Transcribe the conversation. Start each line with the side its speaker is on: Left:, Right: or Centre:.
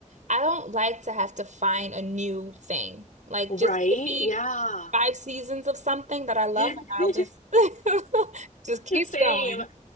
Right: I don't like to have to find a new thing. Like
Left: Right?
Right: just give me
Left: Yeah.
Right: five seasons of something that I love
Left: <laughs>
Right: and I'll just <laughs> just keep
Left: Same.
Right: going.